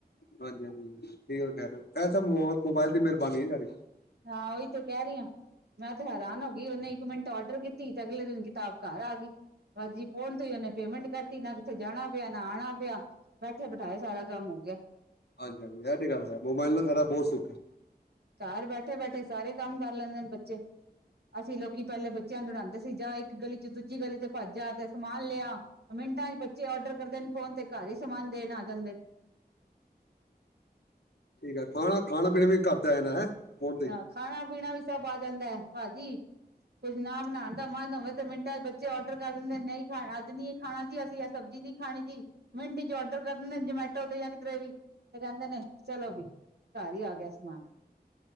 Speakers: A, on the left; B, on the right.
A: ਹਾਂਜੀ ਹਾਂਜੀ ਠੀਕ ਕਹਿ ਰਹੇ ਵੈਸੇ ਮੋਬਾਇਲ ਦੀ ਮਹਿਰਬਾਨੀ ਸਾਰੀ
B: ਹਾਂ ਉਹੀ ਤੇ ਕਹਿ ਰਹੀ ਹਾਂ ਮੈਂ ਤੇ ਹੈਰਾਨ ਹੋ ਗਈ ਉਹਨੇ ਮਿੰਟ ਔਡਰ ਕੀਤੀ ਤੇ ਅਗਲੇ ਦਿਨ ਕਿਤਾਬ ਘਰ ਆ ਗਈ। ਭਾਜੀ ਫੋਨ ਤੇ ਹੀ ਉਹਨੇ ਪੇਮੈਂਟ ਕਰਤੀ ਨਾ ਕਿੱਥੇ ਜਾਣਾ ਪਿਆ ਨਾ ਆਣਾ ਪਿਆ ਬੈਠੇ ਬਿਠਾਏ ਸਾਰਾ ਕੰਮ ਹੋ ਗਿਆ
A: ਹਾਂਜੀ-ਹਾਂਜੀ ਇਹ ਤੇ ਗੱਲ ਹੈ, ਮੋਬਾਈਲ ਨਾਲ ਖਰਾ ਬਹੁਤ ਸੁੱਖ ਹੈ।
B: ਘਰ ਬੈਠੇ-ਬੈਠੇ ਸਾਰੇ ਕੰਮ ਕਰ ਲੈਂਦੇ ਨੇ ਬੱਚੇ, ਅਸੀਂ ਲੋਕੀ ਪਹਿਲੇ ਬੱਚਿਆਂ ਨੂੰ ਦੜਾਉਂਦੇ ਸੀ, ਜਾਂ ਇੱਕ ਗਲੀ ਚ ਦੂਜੀ ਗਲੀ ਤੇ ਭੱਜਾ ਤੇ, ਸਮਾਨ ਲਿਆ, ਮਿੰਟਾਂ ਚ ਬੱਚੇ ਔਡਰ ਕਰਦੇ ਨੇ ਫੋਨ ਤੇ ਘਰ ਹੀ ਸਮਾਨ ਦੇਣ ਆ ਜਾਂਦੇ।
A: ਠੀਕ ਹੈ, ਖਾਣਾ ਖਾਣਾ ਪੀਣਾ ਵੀ ਕਰਤਾ ਆ ਜਾਣਾ ਹੈ। ਫੋਨ ਤੇ ਹੀ।
B: ਹਾਂ ਖਾਣਾ ਪੀਣਾ ਵੀ ਸਭ ਆ ਜਾਂਦਾ ਹੈ, ਭਾਜੀ। ਕੁੱਝ ਨਾ ਬਣਾਉਣ ਦਾ ਮਨ ਹੋਵੇ, ਤੇ ਮਿੰਟਾਂ ਚ ਬੱਚੇ ਔਡਰ ਕਰ ਦਿੰਦੇ ਨਹੀਂ ਖਾ ਅੱਜ ਨੀ ਖਾਣਾ ਜੀ ਅਸੀਂ ਇਹ ਸਬਜ਼ੀ ਨੀ ਖਾਣੀ ਜੀ ਮਿੰਟ ਚ ਔਡਰ ਕਰ ਦਿੰਦੇ ਜਮੈਟੋ ਤੇ ਜਾਂ ਕਿਧਰੇ ਵੀ ਤੇ ਕਹਿੰਦੇ ਨੇ ਚਲੋ ਵੀ ਘਰ ਹੀ ਆ ਗਿਆ ਸਮਾਨ।